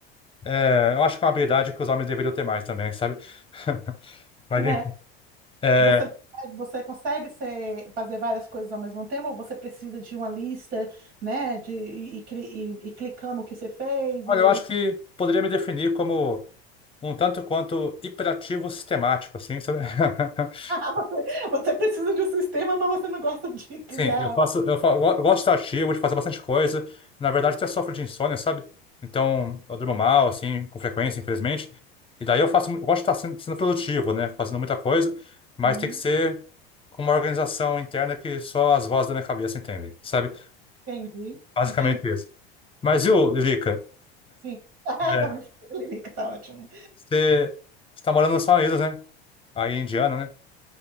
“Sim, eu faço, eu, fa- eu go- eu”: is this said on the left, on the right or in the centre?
Left